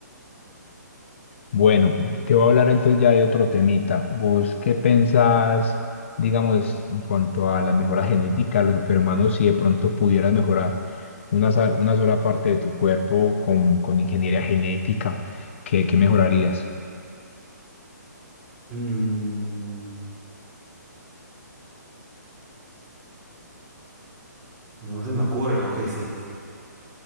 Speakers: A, on the left; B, on the right.
A: Bueno, te voy a hablar entonces ya de otro temita. ¿Vos qué pensás, digamos, en cuanto a la mejora genética los superhumanos, si de pronto pudieras mejorar una, sal- una sola parte de tu cuerpo con, con ingeniería genética, ¿qué, qué mejorarías?
B: Mm, no se me ocurre, ¿vos qué decís?